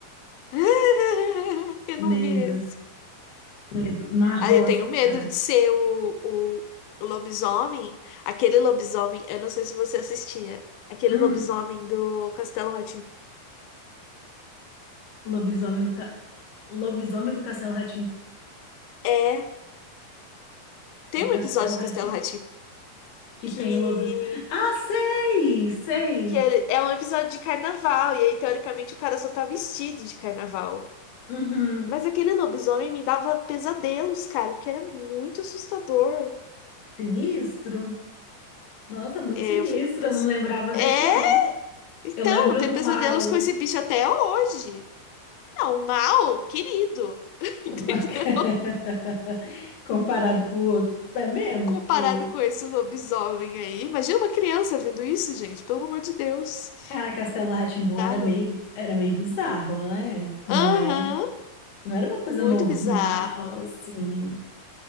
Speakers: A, on the left; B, on the left.
A: <laughs> Eu
B: Medo,
A: não vi esse.
B: medo na roça,
A: Aí eu tenho medo
B: cara.
A: de ser o, o lobisomem. Aquele lobisomem, eu não sei se você assistia. Aquele
B: Hum,
A: lobisomem do Castelo rá
B: lobisomem do ca... lobisomem do Castelo rá
A: É, tem
B: do Castelo
A: um episódio
B: rá
A: do Castelo rá
B: que
A: que,
B: tem lobis. Ah, sei, sei.
A: que é, é um episódio de carnaval. E aí, teoricamente, o cara só tá vestido de carnaval.
B: Uhum.
A: Mas aquele lobisomem me dava pesadelos, cara, porque era muito assustador.
B: Sinistro. Nossa, muito
A: É,
B: sinistro,
A: Eu fico pensando.
B: eu não lembrava
A: É,
B: desse não.
A: Então,
B: Eu lembro
A: tem
B: do
A: pesadelos
B: mal.
A: com esse bicho até hoje. Não, mal, querido. <laughs>
B: O
A: Entendeu?
B: bacana. <laughs> Comparado com o outro. É mesmo,
A: Comparado
B: porque,
A: com esse lobisomem aí. Imagina uma criança vendo isso, gente. Pelo amor de Deus.
B: cara, Castelo
A: Muito
B: rá
A: bizarro.
B: era meio, era meio bizarro, né? Não
A: Aham,
B: era, não era uma coisa
A: muito
B: normal,
A: bizarro.
B: assim.